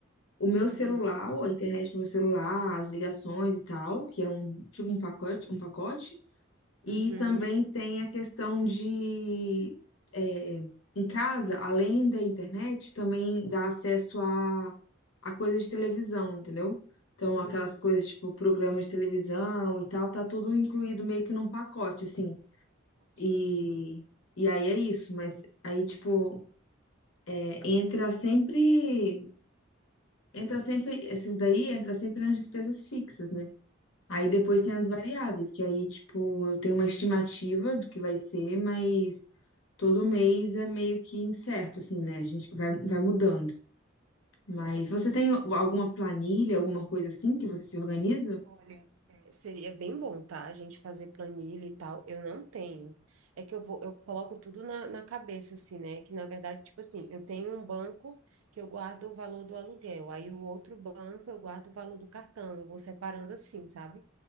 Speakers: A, on the left (about 70°); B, on the right (about 80°).
A: o meu
B: Uhum.
A: celular, a internet do meu celular, as ligações e tal, que é um tipo um pacote, um pacote. E
B: Uhum.
A: também tem a questão de, é, em casa, além da internet, também dá acesso a, a coisas de televisão, entendeu? Então,
B: Hum,
A: aquelas coisas tipo programas de televisão e tal, tá tudo incluído meio que num pacote, assim.
B: forte,
A: E,
B: né?
A: e aí é isso, mas aí, tipo, é, entra sempre, entra sempre, esses daí entra sempre nas despesas fixas, né? Aí depois tem as variáveis, que aí, tipo, eu tenho uma estimativa do que vai ser, mas todo mês é meio que incerto, assim, né? A gente vai, vai mudando. Mas
B: Não,
A: você
B: é,
A: tem alguma planilha, alguma coisa assim que você se organiza?
B: olha, é, seria bem bom, tá? A gente fazer planilha e tal. Eu não tenho. É que eu vou, eu coloco tudo na, na cabeça, assim, né? Que na verdade, tipo assim, eu tenho um banco que eu guardo o valor do aluguel, aí o outro banco eu guardo o valor do cartão. Eu vou separando assim, sabe?